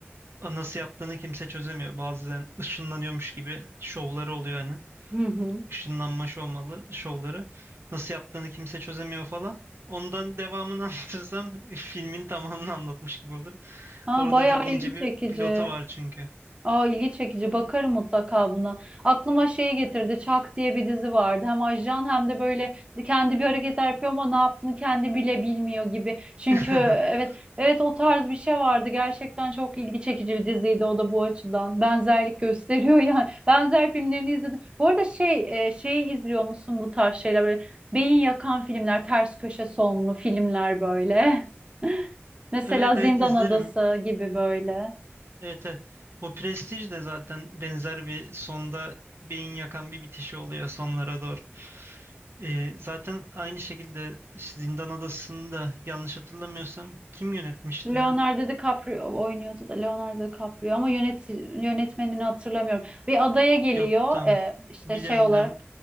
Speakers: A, on the right; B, on the right.
A: A, Nasıl yaptığını kimse çözemiyor. Bazen ışınlanıyormuş gibi şovları oluyor hani.
B: Hı hı.
A: Işınlanma şovmalı, şovları. Nasıl yaptığını kimse çözemiyor falan. Ondan devamını <laughs> anlatırsam e, filmin tamamını anlatmış gibi olur.
B: Ha
A: Orada
B: bayağı
A: çok ince
B: ilgi
A: bir
B: çekici.
A: pilotu var çünkü.
B: Aa, ilgi çekici. Bakarım mutlaka buna. Aklıma şeyi getirdi. Çak diye bir dizi vardı. Hem ajan hem de böyle kendi bir hareketler yapıyor ama ne yaptığını kendi bile bilmiyor gibi. Çünkü
A: <laughs>
B: evet evet o tarz bir şey vardı. Gerçekten çok ilgi çekici bir diziydi o da bu açıdan. Benzerlik gösteriyor yani. <laughs> Benzer filmlerini izledim. Bu arada şey e, şeyi izliyor musun bu tarz şeyler böyle beyin yakan filmler, ters köşe sonlu filmler böyle. <laughs> Mesela
A: Evet
B: Zindan
A: evet izlerim.
B: Adası gibi böyle.
A: Evet evet. O Prestige de zaten benzer bir sonda beyin yakan bir bitişi oluyor sonlara doğru. Ee, zaten aynı şekilde işte Zindan Adası'nı da yanlış hatırlamıyorsam kim yönetmişti
B: Leonardo
A: ya?
B: DiCaprio oynuyordu da Leonardo DiCaprio ama yönet yönetmenini hatırlamıyorum. Bir adaya geliyor
A: Yok tamam.
B: e, işte
A: Biliyorum
B: şey olarak
A: biliyorum.